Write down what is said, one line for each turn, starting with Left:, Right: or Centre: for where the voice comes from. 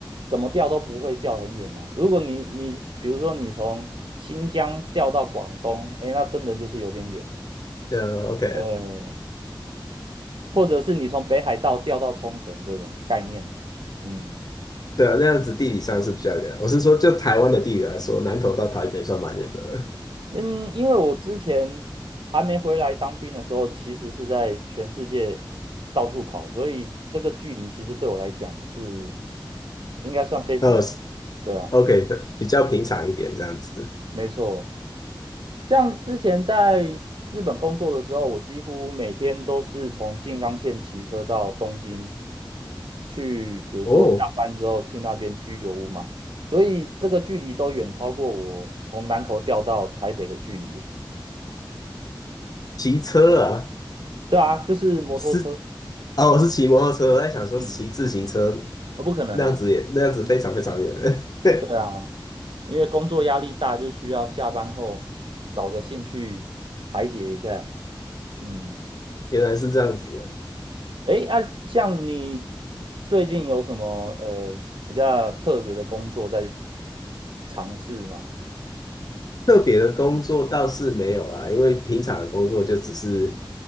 Right: 怎么调都不会调很远啊。如果你你比如说你从新疆调到广东，诶，那真的就是有点远，
Left: 呃，OK，
Right: 呃，或者是你从北海道调到冲绳这种概念，嗯。
Left: 对啊，那样子地理上是比较远。我是说，就台湾的地理来说，南投到台北算蛮远的了。
Right: 嗯，因为我之前还没回来当兵的时候，其实是在全世界到处跑，所以这个距离其实对我来讲是应该算非常，
Left: 呃
Right: 对啊，
Left: o k 比较平常一点这样子。
Right: 没错。像之前在日本工作的时候，我几乎每天都是从静冈县骑车到东京去，比如说下班之后去那边居酒屋嘛，
Left: 哦，
Right: 所以这个距离都远超过我从南投调到台北的距离耶。
Left: 骑车啊，
Right: 对啊，就是摩托车。
Left: 是哦，我是骑摩托车，我在想说骑自行车
Right: 嗯。啊，不可能啊，
Left: 那样子也那样子非常非常远了。
Right: 嗯，
Left: <laughs>
Right: 对啊，因为工作压力大，就需要下班后找个兴趣排解一下。嗯，
Left: 原来是这样子。
Right: 诶，啊，像你最近有什么呃比较特别的工作在尝试吗？
Left: 特别的工作倒是没有啊，因为平常的工作就只是